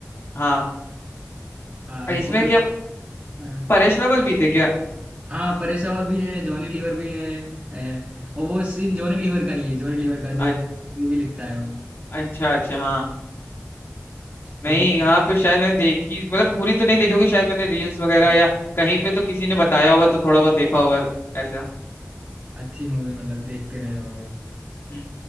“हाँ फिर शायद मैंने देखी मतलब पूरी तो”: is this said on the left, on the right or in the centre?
Left